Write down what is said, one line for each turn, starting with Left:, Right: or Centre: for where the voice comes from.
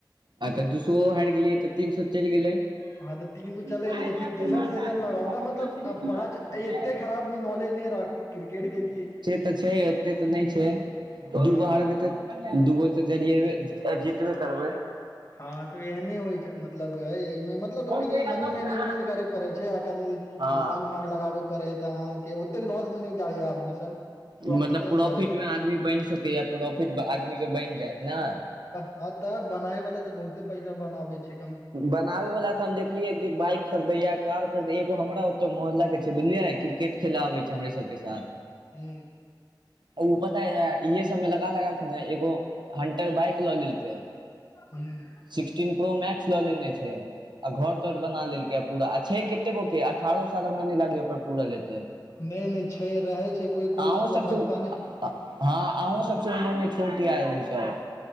Right: आ तऽ दूसरो हारि गेलियै तऽ तीन सौ चलि गेलै।
Left: हाँ तऽ तीन सौ
Right: काहे
Left: चल गेलै तऽ
Right: बात
Left: फिर तेसर
Right: से मारता
Left: सेशन
Right: है छोटे
Left: लगाउ
Right: पापा
Left: ने
Right: के
Left: मतलब
Right: नाम से नहीं न
Left: पाँच
Right: मारा जाता है
Left: एते खराब भी नॉलेज नहि राखू क्रिकेट के की
Right: त छैय एते तऽ नहि छैय
Left: हँ
Right: दुगो हारबै त दूगो तऽ जरएबे जीतबे करबै।
Left: हँ तो एहने होइ छैय मतलब में मतलब
Right: वोट
Left: कनि
Right: देगा
Left: मनी
Right: तब
Left: मैनेजमेंट
Right: ना
Left: करे पड़े छैय आ कनि
Right: हँ
Left: दिमाग उमाग लगाबे पड़े तऽ अहाँ के ओते लॉस मे नहि जाइय आदमी सब।
Right: मतलब
Left: प्रॉफिटे
Right: प्रोफिट
Left: रहै छै
Right: मे आदमी बनि सकैया प्रॉफिट आदमी कऽ के बनि जायत ने।
Left: हाँ तऽ बनाय वाला तऽ बहुते पैसा बनबै छैय।
Right: बनाबे बाला तऽ हम देखलियै कि बाइक खरीदैए कार खरीदे एगो हमरा ओत मोहल्ला के छैय बुझलियै क्रिकेट खेला आबै छैय हमरे सब के साथ।
Left: हू
Right: उ पता ये इहे सब मे लगा लगा के ने एगो हंटर बाइक लऽ लेलकै।
Left: हूं
Right: सिक्सटीन प्रो मेक्स ल लेने छैय आ घर तर बना लेलकई पूरा आ छैय केते गो के अठारह साल हमरा नहि लागैया ओकर पूरल हेतै।
Left: नहि नहि छै रहै छै कोइ कोइ
Right: आउ
Left: मतलब
Right: सबसे
Left: बचपने
Right: उ हँ आउ
Left: हँ
Right: सबसँ उमरमे छोटि <unintelligible> सब,